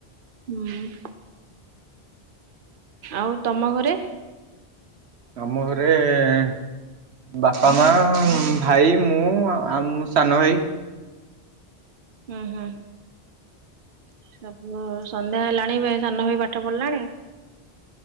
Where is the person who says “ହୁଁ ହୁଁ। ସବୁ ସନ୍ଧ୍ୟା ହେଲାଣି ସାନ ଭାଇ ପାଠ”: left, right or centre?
Right